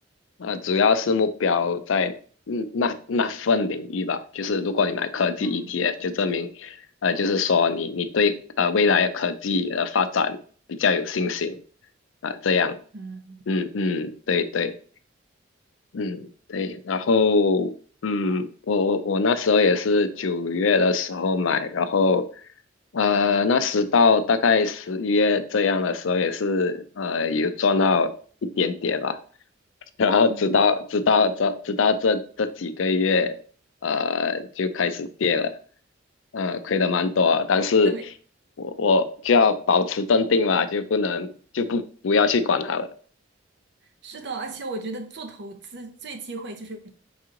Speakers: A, on the left; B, on the right.
A: 呃主要是目标在嗯那那份领域吧，就是如果你买科技
B: 嗯
A: ETF，就证明呃就是说你你对呃未来的科技的发展比较有信心啊，这样，
B: 嗯
A: 嗯嗯，对对。嗯，对，然后嗯，我我我那时候也是九月的时候买，然后呃，那时到大概十一月这样的时候，也是呃有赚到一点点吧，然后直到直到这直到这这几个月，
B: 嗯，嗯
A: 呃，就开始跌了，呃，亏的蛮多啊但是
B: 特别
A: 我我就要保持镇定嘛，就不能就不不要去管它了。
B: 是的，而且我觉得做投资最忌讳就是，